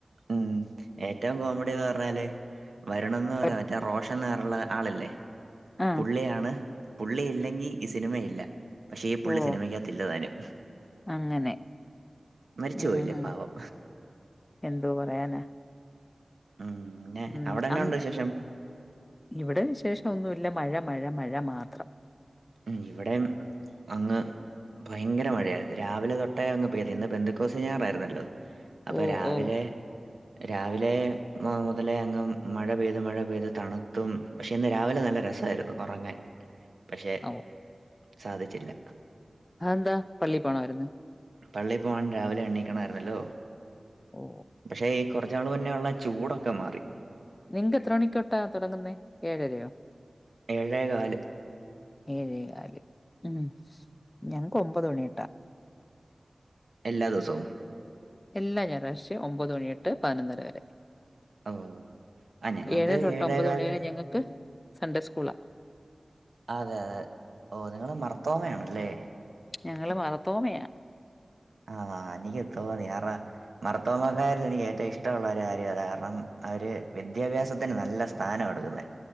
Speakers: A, on the right (about 85°); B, on the left (about 30°).
A: ഉം ഏറ്റവും കോമഡി ന്ന് പർഞ്ഞാല് വരുണെന്ന് പറിണെ
B: പ
A: മറ്റേ റോഷൻ ആർള്ള ആളല്ലേ
B: ആഹ്.
A: പുള്ളിയാണ് പുള്ളിയില്ലെങ്കി ഈ സിനിമയില്ല പക്ഷേ ഈ പുള്ളി
B: ഓഹ്!
A: സിനിമയ്ക്കകത്തില്ലതാനും.
B: അങ്ങനെ.
A: മരിച്ചു
B: ഉം,
A: പോയില്ലേ
B: ഉം.
A: പാവം
B: എന്തോ പറയാന
A: ഉം പിന്നെ
B: ഉം
A: അവിടെന്നാ
B: അം
A: ഉണ്ട് വിശേഷം?
B: ഇവടെ വിശേഷൊന്നുല്ല മഴ മഴ മഴ മാത്രം.
A: ഉം ഇവടെം അങ്ങ് ഭയങ്കര മഴയാ രാവിലെ തൊട്ടേ അങ്ങ് പെയ്ത് ഇന്ന് ബെന്ത്ക്കോസിനാറായിര്ന്നല്ലോ അപ്പൊ
B: ഓഹ്!
A: രാവിലെ
B: ഓഹ്!
A: രാവിലെ മുതലേ അങ്ങ് മഴ പെയ്ത് മഴ പെയ്ത് തണ്ത്തും പക്ഷേ ഇന്ന് രാവിലെ നല്ല രസായിരുന്നു ഒറങ്ങാൻ പക്ഷേ
B: ഓഹ്!
A: സാധിച്ചില്ല
B: ആന്താ പള്ളി പോണായിര്ന്നോ?
A: പള്ളി പോവാൻ രാവിലെ എണീക്കണായിരുന്നല്ലോ.
B: ഓഹ്
A: പക്ഷെ ഈ കൊറച്ച്നാള് മുന്നെയുള്ള ചൂടൊക്കെ മാറി.
B: നിൻക്ക് എത്ര മണി തൊട്ടാ തൊടങ്ങുന്ന ഏഴരയോ?
A: ഏഴേകാല്
B: ഏഴേകല് ഉം ഞങ്ങക്ക് ഒമ്പത് മണിതൊട്ടാ.
A: എല്ലാ ദിവസവും
B: എല്ലാ ഞായറാഴ്ചയും ഒമ്പത് മണിയൊട്ട് പതിനൊന്നര വരെ
A: ഓ ആ ഞങ്ങൾക്ക്
B: ഏഴരൊട്ട്
A: ഏഴേ
B: ഒമ്പത്
A: കാലിന്
B: മണി വരെ ഞങ്ങക്ക് സൺഡേ സ്കൂളാ
A: അതെ ഓഹ് നിങ്ങള് മർത്തോമയാണല്ലേ
B: ഞങ്ങള് മർത്തോമയ
A: ആഹ് എനിക്ക് തോന്നി കാരണം മർത്തോമാക്കാരിൽ എനിക്ക് ഏറ്റവും ഇഷ്ട്ടവുള്ള ഒര് കാര്യം അതാ കാരണം അവര് വിദ്യാഭ്യാസത്തിന് നല്ല സ് സ്ഥാന കൊട്ക്കുന്നേ